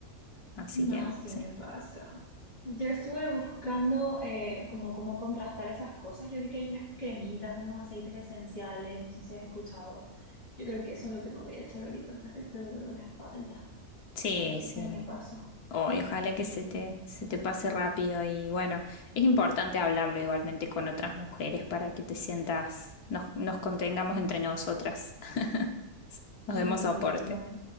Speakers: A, on the left; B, on the left.
A: Así
B: No,
A: que
B: sí
A: sí.
B: me pasa. Yo estuve buscando eh, como cómo contrastar esas cosas. Yo vi que hay unas cremitas, unos aceites esenciales, no sé si has escuchado. Yo creo que eso es lo que me voy a echar ahorita para este dolor de la espalda.
A: Sí,
B: A ver si
A: sí.
B: se me pasa.
A: Oh, y ojalá que se te, se te pase rápido y bueno, es importante hablarlo igualmente con otras mujeres para que te sientas, nos, nos contengamos entre nosotras, <laughs> nos
B: Sin
A: demos soporte.
B: duda.